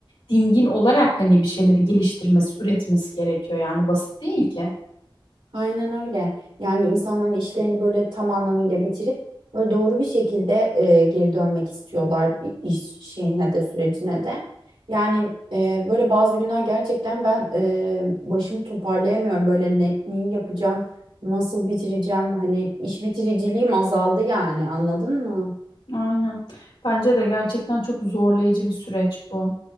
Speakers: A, on the left (about 85°); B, on the right (about 80°).
A: dingin olarak hani bir şeyleri geliştirmesi, üretmesi gerekiyor. Yani basit değil ki.
B: Aynen öyle. Yani insanların işlerini böyle tam anlamıyla bitirip böyle doğru bir şekilde e, geri dönmek istiyorlar iş şeyine de sürecine de. Yani e, böyle bazı günler gerçekten ben e, başımı toparlayamıyorum. Böyle ne, neyi yapacağım, nasıl bitireceğim? Hani iş bitiriciliğim azaldı yani anladın mı?
A: Aynen. Bence de gerçekten çok zorlayıcı bir süreç bu.